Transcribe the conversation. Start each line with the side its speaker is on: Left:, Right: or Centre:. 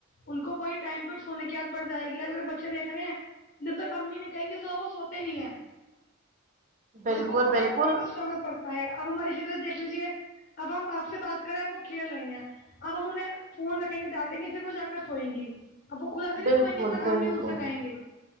Left: ان کو کوئی ٹائم پہ سونے کی یاد پڑ جائے گی اگر بچے دیکھ رہے ہیں جب تک امی نہیں کہیں گی سو وہ سوتے نہیں ہے
Right: بالکل
Left: ان کو پکڑ
Right: بالکل
Left: پکڑ کر نا پڑتا ہے اب ہماری شکل دیکھ لیجیے اب ہم آپ سے بات کر رہے ہیں اب وہ کھیل رہے ہیں اب ہم انہیں فون رکھیں گے ڈانٹیں گے پھر وہ جا کر سوئیں گی اب وہ خودایسے نہیں
Right: بالکل
Left: سوئ گے تک
Right: بالکل
Left: ہم نہیں ان سے کہیں گے